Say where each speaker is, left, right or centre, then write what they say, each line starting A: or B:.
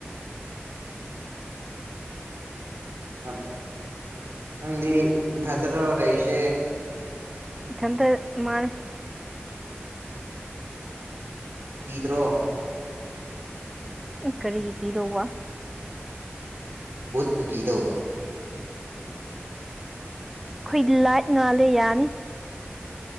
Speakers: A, on the right (about 65°); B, in the centre.
A: ꯑ ꯅꯪꯗꯤ ꯊꯥꯗꯔꫭ ꯂꯩꯏꯔꯏꯁꯦ
B: ꯏꯊꯟꯗ ꯃꯥꯅꯦ
A: ꯀꯗ꯭ꯔꯣ
B: ꯎꯝ ꯀꯔꯤꯒꯤ ꯀꯤꯗꯣ ꯋꯥ
A: ꯚꯣꯠꯄꯨ ꯀꯤꯇꯧꯕ
B: ꯈꯣꯏꯗ ꯂꯥꯏꯠ ꯉꯥꯜꯂꯦ ꯌꯥꯅꯤ